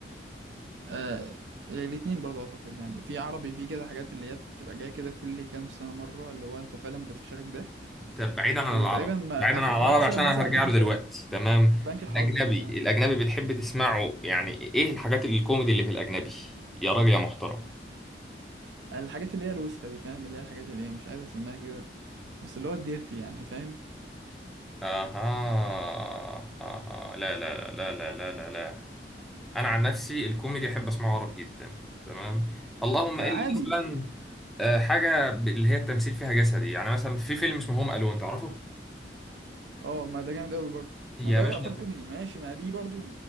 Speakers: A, on the right; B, in the centre.
A: آه، الاتنين برضو اعتقد يعني في عربي في كده حاجات اللي هي بتبقى جايه كده كل كام سنة مرة اللي هو انت فعلا بتفشخك ضحك
B: طب بعيدا عن
A: وتقريبا
B: العربي
A: ما
B: بعيدا
A: اخر
B: عن العربي
A: مثلا
B: عشان
A: مثلا
B: انا هرجع
A: اديك
B: له
A: مثال
B: دلوقتي تمام
A: بنك الحظ
B: الاجنبي
A: مثلا
B: الاجنبي بتحب تسمعه يعني ايه الحاجات الكوميدي اللي في الاجنبي يا راجل يا محترم
A: الحاجات اللي هي الوسخه دي فاهم اللي هي الحاجات اللي هي مش عايز اسميها كده بس اللي هو الديرتي يعني فاهم
B: اها اها لا لا لا لا لا لا لا انا عن نفسي الكوميدي احب اسمعه عربي جدا تمام اللهم
A: انا
B: الا
A: عادي
B: مثلا آه، حاجه ب- اللي هي التمثيل فيها جسدي يعني مثلا في فيلم اسمه هوم الون تعرفه
A: اه ما ده جامد قوي برضو
B: يا
A: ما ده
B: باشا
A: يعتبر كوميدي ماشي ما دي برضو